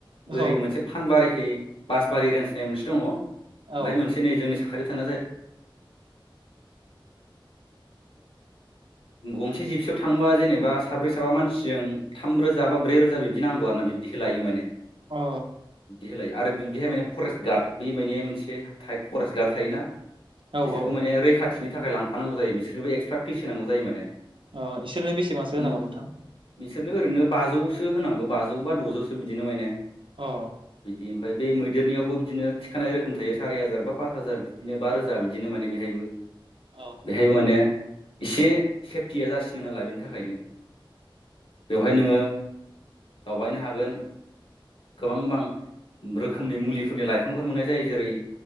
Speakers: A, on the left (about 75°); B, on the right (about 65°).
A: बोरै
B: औ
A: मोनसे फानबारिखै बासबारि रेन्सनि मोनसे दंङ ओमफाय
B: औ
A: मोनसे नै जोंनि साखा थानो जाय गंसे जिपसियाव थांङोबा जेनेबा साब्रै साबा मानसिजों थाम रोजा बा ब्रै रोजा बिब्दि नांगौ आरो ना बिब्दिखौ लायो माने ।
B: अ
A: खो लायो आरो बिहाय माने फरेस्ट गार्ड बे माने मोनसे फरेस्ट गार्ड थायोना
B: अ औ
A: बिसोरखौ
B: औ
A: माने रैखा थिनि थाखाय लांफानांगौ जायो बिस बिसोरबो एक्सट्रा फिस होनांगौ जायो माने
B: अ इसोरनो बेसेबांसो होनांगौ
A: उम
B: नोंथां?
A: बिसोरनो ओरैनो बाजौसो होनांगौ बाजौ बा द'जौसो बिदिनो मायने।
B: अ
A: बिदि ओमफाय बेै मैदेरनियावबो बिदिनो थिखानाय रोखोम थायो सारि हाजार बा पास हाजार बिदिनो बा रोजा बिदिनो माने बेहायबो
B: औ
A: बेहायबो माने एसे सेफटिया जासिनो नालाय बे नि थाखायनो बेवहाय नोंङो दावबायनो हागोन गोबां गोबां रोखोमनि मुलिफोरनि लाइफांफोर मोननाय जायो जेरै